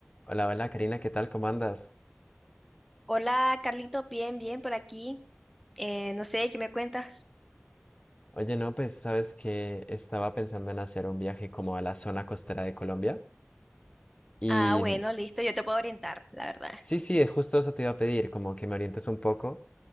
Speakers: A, on the left; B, in the centre.
A: Hola, hola Karina, ¿qué tal? ¿Cómo andas?
B: Hola, Carlito, bien, bien por aquí. Eh, no sé, ¿qué me cuentas?
A: Oye, no, pues sabes que estaba pensando en hacer un viaje como a la zona costera de Colombia. Y
B: Ah, bueno, listo, yo te puedo orientar, la verdad.
A: sí, sí, justo eso te iba a pedir, como que me orientes un poco,